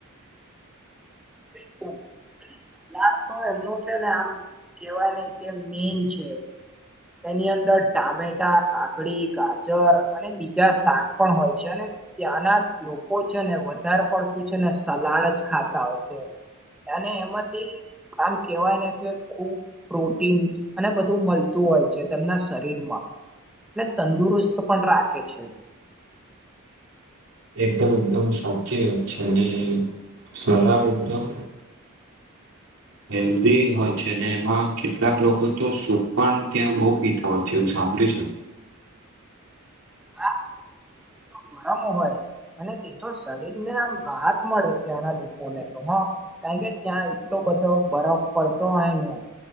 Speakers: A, in the centre; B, on the right (about 90°).
A: બિલકુલ એટ સલાડ તો એમનો છે ને આમ કેહેવાય ને કે મેન છે તેની અંદર ટામેટા કા કાકડી ગાજર અને બીજા શાક પણ હોય છે અને ત્યાંના લોકો છે ને વધાર પડતો એ છે ને સલાડ જ ખાતા હોય છે અને એમાંથી આમ કેવાયને ખુબજ પ્રોટીન અને બધું મળતું હોય છે, તેમના શરીર તંદુરસ્ત પણ રાખે છે,
B: એકદમ એકદમ સાચી વાત છે અને સલાળ એકદમ હેલ્ધી હોય છે, અને એમાં કેટલાક લોકો તો સૂપ પણ ત્યાં બઉ પીતા હોય છે, એવું સા <unintelligible>
A: <unintelligible> તો ગરામ હોય અને તે તો શરીર ને આમ રાહત મળે ત્યાંના લોકોને તો હો કારણ કે ત્યાં એટલો બધો બરફ પડતો હોય ને